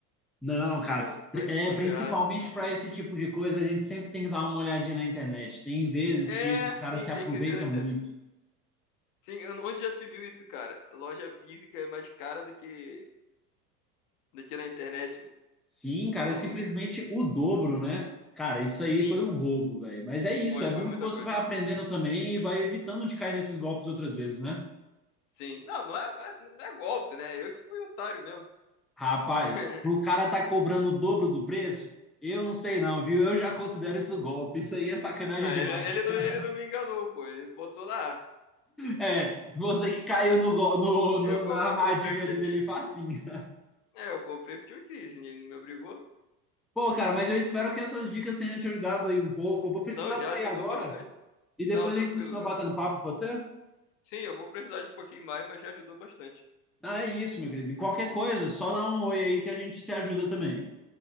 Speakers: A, in the centre; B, on the left.
A: Não, cara,
B: Eu falo,
A: pri-
B: vai
A: é
B: se ferrar.
A: principalmente para esse tipo de coisa, a gente sempre tem que dar uma olhadinha na internet. Tem vezes
B: É,
A: que esses caras
B: sim,
A: se aproveitam
B: tem que ver na internet.
A: muito.
B: Sim, eu- onde já se viu isso, cara? Loja física é mais cara do que do que na internet, mo-
A: Sim, cara,
B: maluco.
A: é simplesmente o dobro, né? Cara, isso aí
B: Sim,
A: foi um roubo, velho. Mas é isso,
B: foi,
A: é
B: foi
A: bom
B: muita
A: que você
B: coisa.
A: vai aprendendo também e vai evitando de cair nesses golpes outras vezes, né?
B: Sim. Não, não é, não é, não é golpe, né? Eu que fui otário mesmo.
A: Rapaz,
B: <laughs>
A: pro cara tá cobrando o dobro do preço, eu não sei não, viu? Eu já considero isso golpe. Isso aí é sacanagem
B: Ah,
A: demais.
B: ele, ele não,
A: <laughs>
B: ele não me enganou, pô. Ele botou lá.
A: É, você que caiu no, go- no- no-
B: Eu, co-
A: na armadilha
B: eu comprei porque
A: dele
B: eu quis.
A: ali facinho.
B: É, eu comprei porque eu quis. Ele não me obrigou.
A: Pô, cara, mas eu espero que essas dicas tenham te ajudado aí um pouco. Eu vou precisar
B: Não, já
A: sair
B: ajudou
A: agora
B: bastante.
A: e depois
B: Não, tranquilo,
A: a gente continua
B: cara.
A: batendo papo, pode ser?
B: Sim, eu vou precisar de um pouquinho mais, mas já ajudou bastante.
A: Ah, é isso, meu querido. E qualquer coisa, só dá um oi aí que a gente se ajuda também.